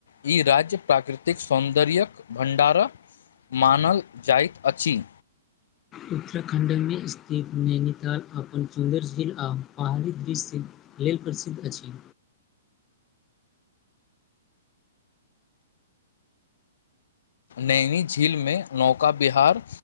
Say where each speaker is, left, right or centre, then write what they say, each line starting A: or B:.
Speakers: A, on the left; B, on the left.
A: ई राज्य प्राकृतिक सौन्दर्य्यक भण्डारा मानल जाइत अछि।
B: उत्तराखण्डमे स्थित नैनीताल अपन सुन्दर झील आउ पहाड़ी दृश्य लेल प्रसिद्ध अछि।
A: नैनी झीलमे नौका बिहार